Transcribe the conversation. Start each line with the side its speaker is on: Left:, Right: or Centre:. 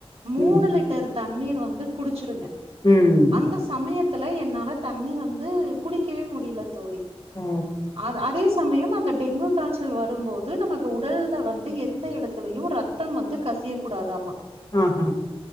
Right: மூணு
Left: ம்
Right: லிட் டர் தண்ணீரு வந்து குடுச்சுருங்க
Left: ம்
Right: அந்த சமயத்துல என்னால தண்ணி வந்து குடிக்கவே முடியல தோழி
Left: ஓ
Right: அது அதே ஸ் சமயம் அந்த டெங்கு காச்சல் வரும்போது நமக்கு உடல்ல வந்து எந்த எடத்துலயு ரத் த்தம் வந்து கசியக் கூடாதாமா
Left: ஆ ஹா